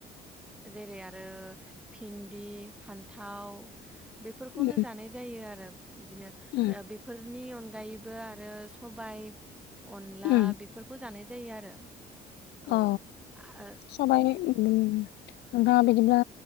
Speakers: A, in the centre; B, on the left.
A: जेरै आरो भिन्दि फान्थाव बेफोरखौनो
B: उम
A: जानाय जायो आरो बिदिनो।
B: उम
A: बेफोरनि अनगायैबो आरो सबायाइ अनला
B: उम
A: खौ जानाय जायो आरो औ ओ
B: अ सबाइ नोंथाङा बिदिब्ला